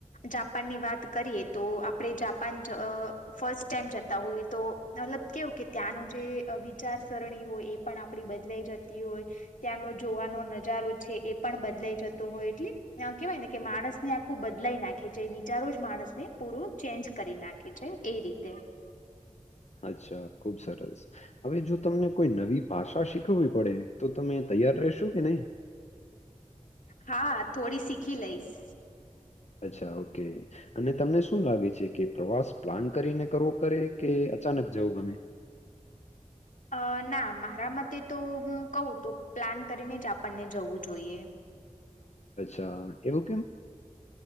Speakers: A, on the left; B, on the left.
A: જાપાન ની વાત કરીએ તો આપણે જાપાન અ ફર્સ્ટ ટાઈમ જતા હોઈએ તો મતલબ કેવું કે ત્યાંનું જે વિચારસરણી હોય એ પણ આપડી બદલાઈ જતી હોય. ત્યાંનો જોવાનો નજારો છે એ પણ બદલાઈ જતો હોય એટલે. કેવાય ને કે માણસ ને આખું બદલાઈ નાખે જે વિચારો જ માણસ ને પૂરું ચેન્જ કરી નાખે. એ રીતે
B: અચ્છા ખુબ સરસ હવે જો તમને કોઈ નવી ભાષા શીખવવી પડે તો તમે તૈયાર રહેશો કે નહી.
A: હા થોડી શીખી લઈશ.
B: અચ્છા ઓકે. અને તમને શું લાગે છે કે પ્રવાસ પ્લાન કરીને કરવો કરે કે અચાનક જવો ગમે
A: અ ના મારા મતે તો હું કહું તો પ્લાન કરીને જ આપણને જવું જોઈએ.
B: અચ્છા એવું કેમ.